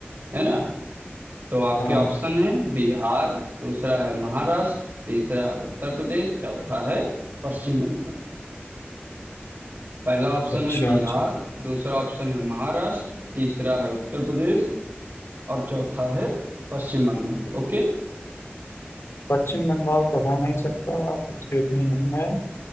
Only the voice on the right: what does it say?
है ना तो आपके
ऑप्शन है बिहार दूसरा है महाराष्ट्र तीसरा है उत्तर प्रदेश चौथा है पश्चिम बंगाल पहला ऑप्शन
है बिहार
दूसरा ऑप्शन है महाराष्ट्र तीसरा है उत्तर प्रदेश और चौथा है पश्चिम बंगाल ओके